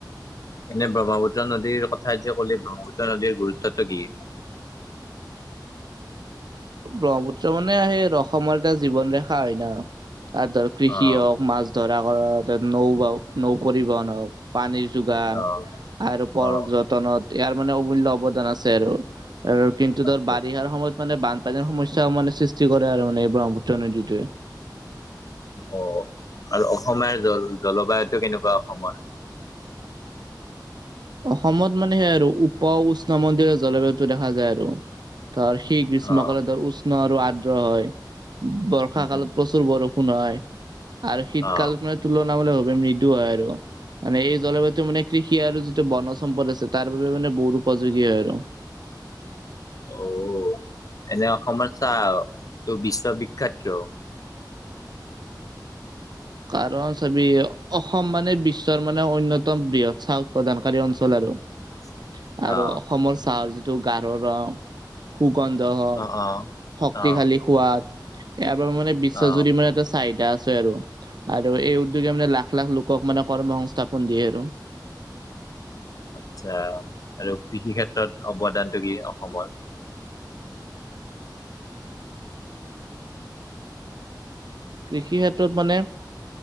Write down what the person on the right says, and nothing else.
ব্ৰহ্মপুত্ৰ মানে সেই আৰু অসমৰ এটা জীৱন ৰেখা হয় ন'? তাৰ ধৰ কৃষি
হওক মাছ ধৰা কৰ নৌ বাওক। নৌ পৰিবহন হওক পানীৰ যোগান
আৰু পৰ্য
টনত ইয়াৰ মানে অমূল্য অৱদান আছে, আৰু আৰু কিন্তু
ধৰ বাৰিষাৰ
সময়ত মানে বানপানীৰ সমস্যাও মানে সৃষ্টি কৰে আৰু মানে এই ব্ৰহ্মপুত্ৰ নদীটোৱে।
অসমত মানে সেই আৰু উপ উষ্ণ মন্দিৰৰ জলবায়ুতটো দেখা যায় আৰু। ধৰ সেই গ্ৰীষ্মকালত
ধৰ উষ্ণ আৰু আৰ্দ্ৰ হয়, বৰ্ষা
কালত
প্ৰচ প্ৰচুৰ বৰষুণ হয়, আৰু শীতকাল
মানে তুলনা মূলক ভাৱে মৃদু হয়, আৰু মান এই জলবায়ুটো মানে কৃষি আৰু যিটো বনজ সম্পদ আছে তাৰ বাবে মানে বহুত উপযোগী হয় আৰু।
কাৰণ, চাবি অসম মানে বিশ্বৰ মানে অন্যতম বৃহৎ চাহ উৎপাদানকাৰী অঞ্চল আৰু।
আৰু
অসমৰ চাহৰ যিটো গাৰ ৰং সুগন্ধ হওক,
শক্তিশালী
সোৱাদ, ইয়াৰ পৰা মানে বিশ্ব
যুৰি মানে এটা চাহিটা আছে আৰু আৰু এই উদ্যোগে মানে লাখ লাখ লোকক মানে কৰ্ম সংস্থাপন দিয়ে আৰু।
কৃষি ক্ষেত্ৰত মানে